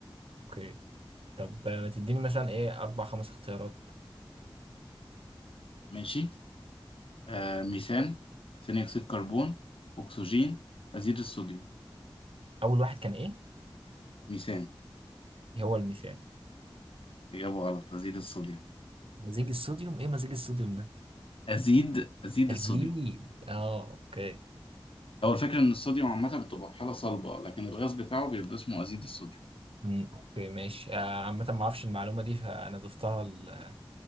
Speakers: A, on the right (about 85°); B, on the left (about 80°).
A: اوكي طب ما تديني مثلا ايه اربع خمس اختيارات
B: ماشي آه ميثان ثاني اكسيد كربون اكسجين ازيد الصوديوم
A: اول واحد كان ايه
B: ميثان
A: هو الميثان
B: اجابه غلط ازيد الصوديوم
A: مزيج الصوديوم ايه مزيج الصوديوم ده
B: ازيد ازيد
A: الزيد
B: الصوديوم
A: اه اوكي
B: هو الفكرة إن الصوديوم عامة بتبقى في حالة صلبة لكن الغاز بتاعه بيبقى اسمه أزيد الصوديوم
A: امم اوكي ماشي آه، عامة ما اعرفش المعلومة دي فانا ضفتها ل-